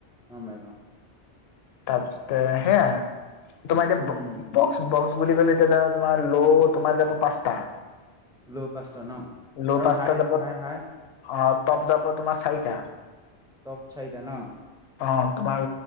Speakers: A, in the centre; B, on the left.
A: নৰ্মেল অ
B: তাৰপিছতে সেয়া, তোমাৰ
A: উম
B: এতিয়া বক্স বুলি ক'লে, এতিয়া <unintelligible> তোমাৰ ল' তোমাৰ যাব পাঁচটা।
A: ল' পাঁচটা ন,
B: ল'
A: আৰু
B: পাঁচটা
A: হাই,
B: যাব
A: হাই, হাই?
B: অ, তপ যাব তোমাৰ চাৰিটা।
A: তপ চাৰিটা ন!
B: অ, তোমাৰ